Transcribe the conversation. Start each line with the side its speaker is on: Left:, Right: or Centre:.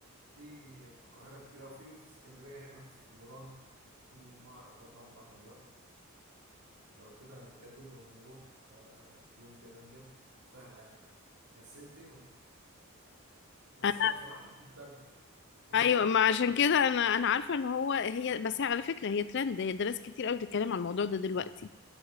Right: في في القاهره كتير او في في اسكندريه هنا في الوران في معرض برضه عنده عربيات لو كده هنتقابل ونروح آه، في يوم كده نجيبها سهله يعني بس انت تنوي بس
Left: أنا
Right: انا بصراحه مش مصدق <laughs>
Left: ايوه ما عشان كده انا انا عارفة ان هو هي بس هي على فكرة هي ترند هي ناس كتير قوي بتتكلم عن الموضوع ده دلوقتي